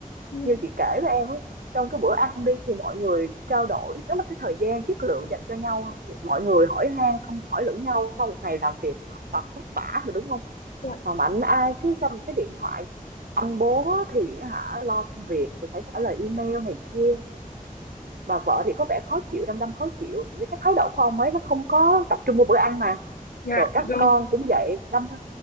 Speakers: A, on the left; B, on the right.
A: ừ.
B: Như chị kể với em trong cái bữa ăn đi thì mọi người trao đổi, đó là cái thời gian chất lượng dành cho nhau. Mọi người hỏi han không hỏi lẫn nhau sau một ngày làm việc học tập vất vả rồi đúng không?
A: dạ
B: Mà mạnh ai cứ cầm cái điện thoại ông bố thì hả lo công việc thì phải trả lời email này kia bà vợ thì có vẻ khó chịu đăm đăm khó chịu cái thái độ của ông ấy nó không có tập trung vào bữa ăn mà
A: dạ
B: rồi các
A: rồi
B: con cũng vậy đâm ra